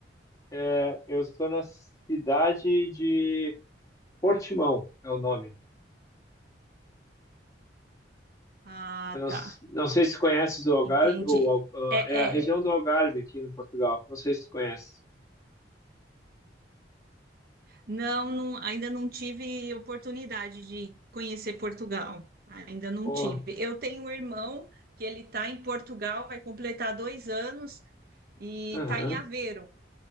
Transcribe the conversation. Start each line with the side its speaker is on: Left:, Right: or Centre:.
Left: É, eu estou na cidade de Portimão, é o nome.
Right: Ah,
Left: Eu não,
Right: tá,
Left: s- não sei se conheces o Algarve,
Right: entendi.
Left: ou, Al- ah,
Right: É,
Left: é a região
Right: é,
Left: do Algarve aqui no Portugal. Não sei se tu conhece.
Right: não, não, ainda não tive oportunidade de conhecer Portugal. Ainda não
Left: Oh,
Right: tive. Eu tenho um irmão que ele está em Portugal, vai completar dois anos e
Left: aham.
Right: está em Aveiro,